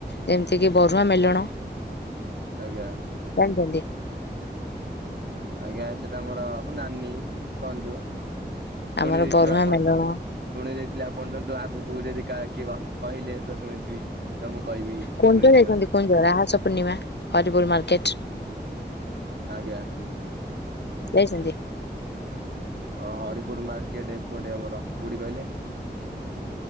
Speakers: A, on the left (about 70°); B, on the right (about 65°).
A: ଯେମିତିକି ବରୁଆ ମେଲଣ।
B: ଆଜ୍ଞା।
A: <unintelligible>
B: ଆଜ୍ଞା ସେଟା ମୋର ମୋ ନାନୀ କହନ୍ତୁ ଶୁଣି
A: ଆମର
B: ଦେଇଥିବେ
A: ବରୁହାଁ
B: ଆପଣ
A: ମେଲଣ
B: ଠୁ ଶୁଣି ଦେଇଥିଲେ ଆପଣ ଣ୍ଟଠୁ ଆଗକୁ ଯଦି କା କିଏ କ କହିଲେ ତ ଶୁଣିଥିବି। ତ ମୁଁ କହିବି
A: କୁଣ୍ଡ
B: ଶୁଣିଛି
A: ଯାଇଛନ୍ତି
B: ଜଣକୁ
A: କୁଣ୍ଡ ରାହାସ ପୂର୍ଣ୍ଣିମା ହରିପୁରୁ ମାର୍କେଟ?
B: ଆଜ୍ଞା।
A: ଯାଇଛନ୍ତି।
B: ଅ ହରିପୁର ମାର୍କେଟ ଏପଟେ ଆମର କୋଉଠି କହିଲେ?